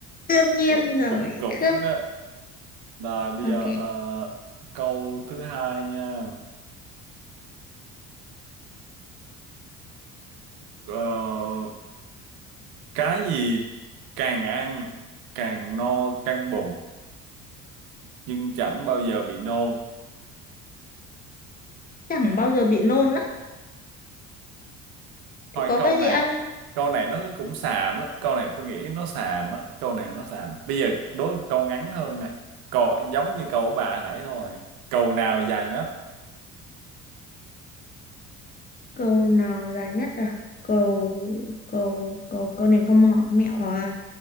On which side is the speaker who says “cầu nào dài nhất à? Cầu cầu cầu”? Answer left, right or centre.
Left